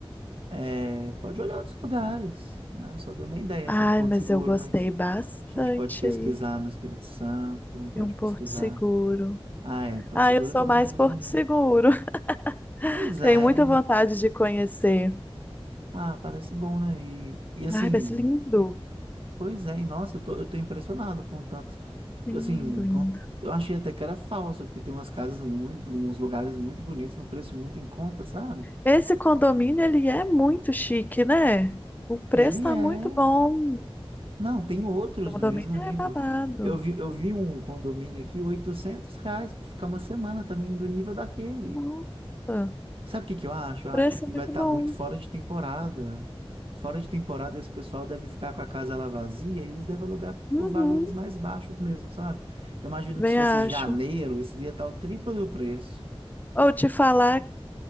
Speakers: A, on the right (about 65°); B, on the left (about 15°).
A: é, pode olhar outros lugares, né? Só dei uma ideia,
B: Ai,
A: assim, de Porto
B: mas
A: Seguro,
B: eu gostei
A: mas
B: bastante
A: a gente pode pesquisar
B: aí
A: no Espírito Santo, pode
B: de um Porto
A: pesquisar.
B: Seguro.
A: Ah, é, Porto
B: Ah,
A: Seguro
B: eu sou
A: eu também
B: mais
A: acho mais
B: Porto
A: bonito.
B: Seguro. <laughs>
A: Pois é.
B: Tenho muita vontade de conhecer.
A: Ah, parece bom, né? E, e assim,
B: Ai, vai ser lindo.
A: pois é, e nossa, eu tô, eu tô impressionado com tanto,
B: Lindo,
A: assim,
B: lindo.
A: com, eu achei até que era falso, porque tem umas casas muito, uns lugares muito bonitos, num preço muito em conta, sabe?
B: Esse condomínio, ele é muito chique, né? O preço
A: Ele
B: tá
A: é
B: muito bom.
A: Não, tem outros
B: O condomínio
A: do mesmo nível.
B: é babado.
A: Eu vi, eu vi um condomínio aqui, 800 reais para ficar uma semana também do nível daquele.
B: Nossa,
A: Sabe o que que eu acho? Eu
B: o preço
A: acho que
B: é muito
A: vai estar
B: bom.
A: muito fora de temporada. Fora de temporada, esse pessoal deve ficar com a casa lá vazia e eles devem alugar
B: Uhum.
A: por valores mais baixos mesmo, sabe? Eu imagino
B: Bem,
A: que se fosse
B: acho.
A: janeiro, isso ia estar o triplo do preço.
B: Ou te falar